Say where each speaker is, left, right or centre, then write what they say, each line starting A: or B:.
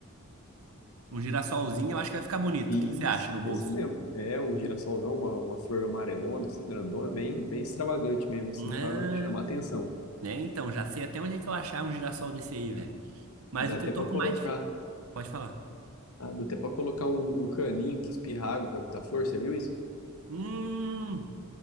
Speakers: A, on the right; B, on the left.
A: Um girassolzinho, eu acho que vai ficar bonito.
B: Isso,
A: O que que você acha no bolso?
B: é isso mesmo. É um girassolzão, uma, uma flor amarelona, assim, grandona, bem, bem extravagante mesmo, assim,
A: Né,
B: pra chamar atenção.
A: né, então, já sei até onde é que eu achar um girassol desse aí, velho. Mas
B: Dá
A: o
B: até
A: que eu tô
B: pra
A: com
B: colocar,
A: mais dif- Pode falar.
B: ah, dá até pra colocar um, um caninho que espirra água da flor, você viu isso?
A: Hum,